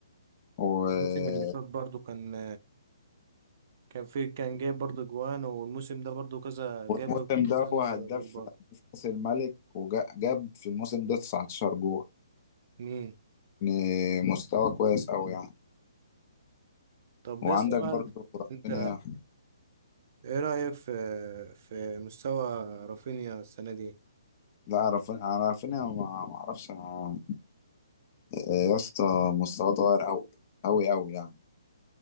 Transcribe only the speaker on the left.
و...
والموسم
ده
هو هداف
هداف كأس الملك وجاب في الموسم ده 19 جول
يعني مستوى كويس أوي يعني
وعندك
برضو رافينيا
لا رافينيا رافينيا ما ما اعرفش انا آه، يا اسطى مستواه اتغير أوي أوي أوي يعني